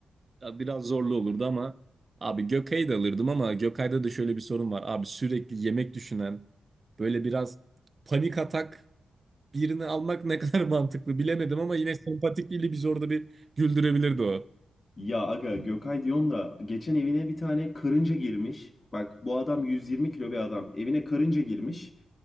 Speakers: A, on the right; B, on the left.
A: Ya Biraz zorlu olurdu ama abi Gökay'ı da alırdım ama Gökay'da da şöyle bir sorun var. Abi sürekli yemek düşünen böyle biraz panik atak birini almak ne kadar <laughs> mantıklı bilemedim ama yine sempatikliğiyle biz orada bir güldürebilirdi o.
B: ya aga Gökay diyorsun da geçen evine bir tane karınca girmiş. Bak bu adam 120 kilo bir adam. Evine karınca girmiş.